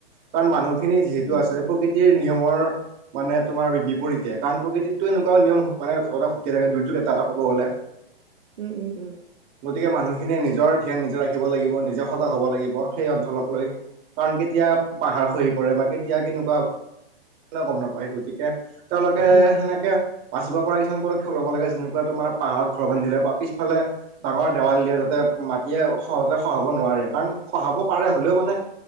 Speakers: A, on the right; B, on the right.
A: কাৰণ মানুহখিনি যিহেতু
B: উম
A: আছে প্ৰকৃ প্ৰকৃতিৰ নিয়মৰ মানে তোমাৰ বিপৰীতে কাৰণ। প্ৰকৃতিত টো এনেকুৱা নিয়ম মানে ঘটনা ঘটিয়ে থাকে দুৰ্যোগ এটা এটা ক'ব গ'লে।
B: উম, উম, উম।
A: গতিকে মানুহখিনিয়ে নিজৰ ধ্যান নিজে ৰাখিব লাগিব নিজে সজাগ হ'ব লাগিব সেই অঞ্চলক লৈ। কাৰণ কেতিয়া পাহাৰ খহি পৰে বা কেতিয়া কেনেকুৱা গম নাপায়। গতিকে তেওঁলোকে
B: উম
A: সেনেকৈ বাচিব পৰা কিছমান পদক্ষেপ ল'ব লাগে যেনেকুৱা তোমাৰ পাহাৰত ঘৰ বান্ধিলে বা পিছফালে ডাঙৰ দেৱাল দিয়ে যাতে মাটিয়ে সহজে খহাব নোৱাৰে, কাৰণ খহাব পাৰে হলেও মানে